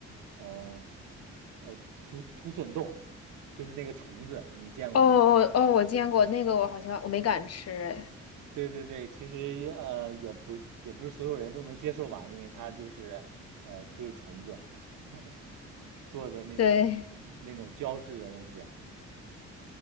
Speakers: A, on the right; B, on the left.
A: 呃呃，土土笋冻，就是那个虫子，你见过没有？
B: 哦哦哦，我见过那个，我好像我没敢吃。哎，
A: 对对对，其实呃也不是也不是所有人都能接受吧，因为它就是呃就是虫子 <laughs> 做的那种
B: 对，
A: 那种胶质的东西啊